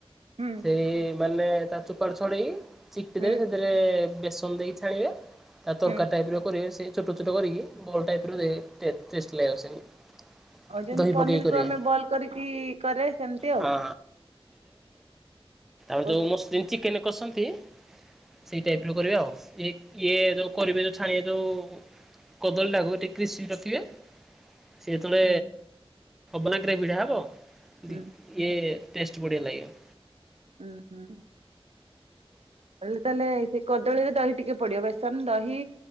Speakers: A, on the right; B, in the centre.
A: ହୁଁ
B: ସେଇ ମାନେ ତା ଚୋପା ଛଡେଇକି ଚିପିଦେବେ
A: ହୁଁ
B: ସେଥିରେ ବେସନ ଦେଇକି ଛାଣିବେ ତା ତରକାରୀ
A: ହୁଁ।
B: ଟାଇପ କରିଏ ସେ ଚୋଟ ଚୋଟ କରିକି ବଲ ଟାଇପର ଟେ ଟେଷ୍ଟ ଲାଗିଅ ସେମିତି।
A: ଆଉ ଯେମିତି
B: ଦହି
A: ପନିର
B: ପକେଇ କରିବେ
A: କୁ ଆମେ ବଲ କରିକି କରେ ସେମିତି ଆଉ।
B: ହଁ
A: <inaudible>
B: ଆଉ ଯେଉଁ ମୋଷିଁ ଚିକେନ କଷନ୍ତି ସେଇ ଟାଇପ ର କରିବା ଆଉ ଇଏ ଯୋଉ କରିବେ ଯୋଉ ଛାଣିବେ ଯୋଉ କଦଳୀଟା ଟାକୁ ଟିକେ କ୍ରିଶି ରଖିବେ। ସେତେଳେ
A: ହୁଁ
B: ହବନାଗରେ ଭିଡା ହବ
A: ହୁଁ
B: ଇଏ ଟେଷ୍ଟ ବଢ଼ିଆ ଲାଗିବ।
A: ଉୁଁ ହୁଁ। ଏଲେ ତାହେଲେ ସେ କଦଳୀରେ ଦହି ଟିକେ ପଡିଅ ବେସନ ଦହି